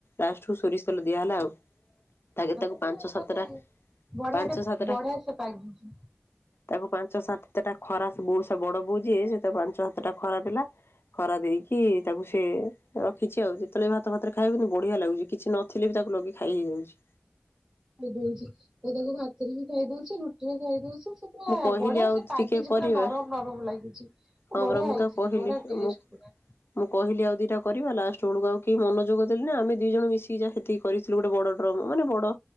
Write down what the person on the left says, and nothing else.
ଲାଷ୍ଟ କୁ ସୋରିଷ ତେଲ ଦିଆହେଲା ଆଉ। ତାଗେ
ତାକୁ ପାଞ୍ଚ ସାତଟା
ପାଞ୍ଚ
ସାତଟା
ତାକୁ ପାଞ୍ଚ ସାତଟା ଖରା ବୋ ସେ ବଡ ବୋଉ ଯିଏସେ ତା ପାଞ୍ଚ ସାତଟା ଖରା ଦେଲା। ଖରା ଦେଇକି ତାକୁ ସେ ରଖିଛି ଆଉ ଯେତେବେଳେ ବି ଭାତ ଭାତରେ ଖାଇବ କିନ୍ତୁ ବଢିଆ ଲାଗୁଛି କିଛି ଥିଲେ ବି ତାକୁ ଲଗି ଖାଇ ହେଇଯାଉଛି।
ମୁଁ କହିଲି
ଆଉ
ଟିକେ କରିବା
ହଁ
ପରା ମୁଁ ତାକୁ କହିଲି
ମୁଁ
ମୁଁ କହିଲି ଆଉ ଦିଟା କରିବା ଲାଷ୍ଟ ବେଳକୁ ଆଉ କେହି ମନୋଯୋଗ ଦେଲେ ନା ଆମେ ଦି ଜଣ ମିଶିକି ଯାହାତିକ କରିଥିଲୁ ଗୋଟେ ବଡ ଡ୍ରମ୍ ମାନେ ବଡ